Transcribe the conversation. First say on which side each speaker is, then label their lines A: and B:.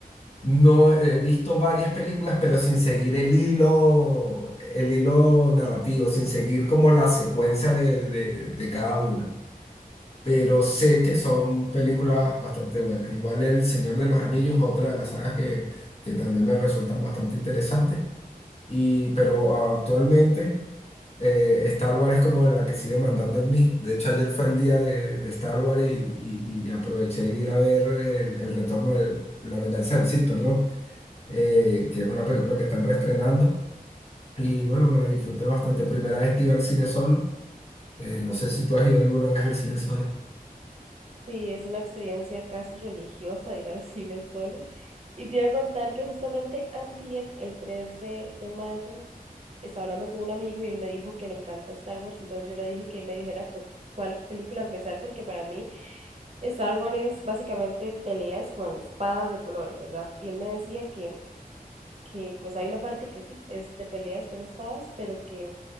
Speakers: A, on the left; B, on the right.
A: No he visto varias películas, pero sin seguir el hilo, el hilo narrativo, sin seguir como la secuencia de, de- de cada una. Pero sé que son películas bastante buenas. Igual El Señor de los Anillos, otra de las sagas que, que también me resultan bastante interesantes. Y, pero actualmente eh, Star Wars es como la que sigue mandando en mí. De hecho, ayer fue el día de, de Star Wars y, y- y aproveché de ir a ver el, el retorno de la venganza del Sith, perdón eh, que es una película que están reestrenando. Y bueno, me la disfruté bastante. Primera vez que iba al cine solo. Eh, no sé si tú has ido alguna vez al cine solo.
B: Sí, es una experiencia casi religiosa ir al cine solo. Y te iba a contar que justamente antier, el 3 de, de mayo, estaba hablando con un amigo y él me dijo que le encanta Star Wars, entonces yo le dije que me dijera por cuál película empezar, porque para mí Star Wars es básicamente peleas con espadas de colores, ¿verdad? Y él me decía que, que pues hay una parte que sí, es de peleas con espadas, pero que